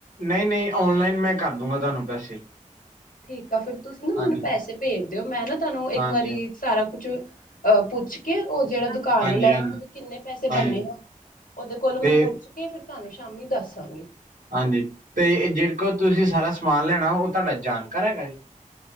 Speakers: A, on the right; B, on the left.
A: ਨਹੀਂ ਨਹੀਂ ਔਨਲਾਈਨ ਮੈਂ ਕਰ ਦੂੰਗਾ ਤੁਹਾਨੂੰ ਪੈਸੇ
B: ਠੀਕ ਆ ਫਿਰ ਤੁਸੀਂ ਨਾ
A: ਹਾਂਜੀ
B: ਮੈਨੂੰ ਪੈਸੇ ਭੇਜ ਦਿਓ ਮੈਂ ਨਾ ਤੁਹਾਨੂੰ ਇੱਕ
A: ਹਾਂਜੀ
B: ਵਾਰੀ ਸਾਰਾ ਕੁਛ ਅਹ ਪੁੱਛ ਕੇ ਉਹ ਜਿਹੜਾ ਦੁਕਾਨ
A: ਹਾਂਜੀ
B: ਆ ਲੈ
A: ਹਾਂਜੀ
B: ਕਿੰਨੇ ਪੈਸੇ
A: ਹਾਂਜੀ
B: ਬੰਨੇ ਆ ਉਹਦੇ ਕੋਲੋਂ ਮੈਂ
A: ਤੇ
B: ਪੁੱਛ ਕੇ ਫਿਰ ਤੁਹਾਨੂੰ ਸ਼ਾਮੀ ਦੱਸਾਂਗੀ
A: ਹਾਂਜੀ ਤੇ ਜਿਹੜ ਕੋ ਤੁਸੀਂ ਸਾਰਾ ਸਮਾਨ ਲੈਣਾ ਉਹ ਤੁਹਾਡਾ ਜਾਣਕਾਰ ਹੈਗਾ ਜੀ